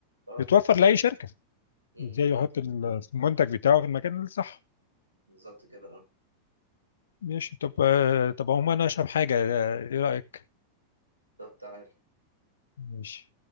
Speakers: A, on the right; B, on the left.
A: اه
B: بتوفر لاي شركه
A: م- م-
B: ازاي يحط
A: م.
B: المنتج بتاعه في المكان الصح
A: بالظبط كده اه
B: ماشي طب آه، طب عموما انا اشرب حاجه آه، ايه رايك
A: طب تعال
B: ماشي